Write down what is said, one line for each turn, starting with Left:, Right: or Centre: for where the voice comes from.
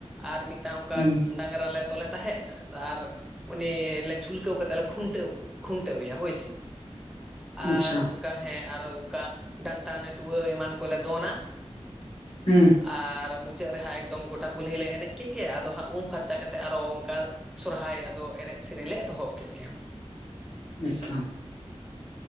Centre: ᱟᱨ ᱢᱤᱫᱴᱟᱝ ᱚᱱᱠᱟ
Left: ᱦᱩᱸ
Centre: ᱰᱟᱝᱨᱟ ᱞᱮ ᱛᱚᱞᱮ ᱛᱟᱦᱮᱸᱫ ᱟᱨ ᱩᱱᱤ ᱞᱮ ᱡᱷᱩᱞᱠᱟᱹᱣ ᱠᱟᱛᱮᱫ ᱞᱮ ᱠᱷᱩᱱᱟᱹᱣ ᱠᱷᱩᱱᱴᱟᱹᱣ ᱮᱭᱟ ᱦᱳᱭ ᱥᱮ ᱟᱨ
Left: ᱟᱪᱪᱷᱟ
Centre: ᱚᱱᱠᱟ ᱦᱮᱸ ᱟᱨᱚ ᱚᱱᱠᱟ ᱰᱟᱱᱴᱟ ᱱᱟᱹᱴᱣᱟᱹ ᱮᱢᱟᱱ ᱠᱚᱞᱮ ᱫᱚᱱᱟ
Left: ᱦᱩᱸ
Centre: ᱟᱨ ᱢᱩᱪᱟᱹᱫ ᱨᱮᱦᱟᱸᱜ ᱮᱠᱫᱚᱢ ᱜᱚᱴᱟ ᱠᱩᱞᱦᱤ ᱞᱮ ᱮᱱᱮᱡ ᱠᱮᱫ ᱜᱮ ᱟᱫᱚ ᱦᱟᱸᱜ ᱩᱢ ᱯᱷᱟᱨᱪᱟ ᱠᱟᱛᱮᱫ ᱟᱨᱚ ᱚᱱᱠᱟ ᱥᱚᱨᱦᱟᱭ ᱟᱫᱚ ᱮᱱᱮᱡ ᱥᱮᱨᱮᱧ ᱞᱮ ᱮᱛᱚᱦᱚᱵ ᱠᱮᱫ ᱜᱮᱭᱟ
Left: ᱟᱪᱪᱷᱟ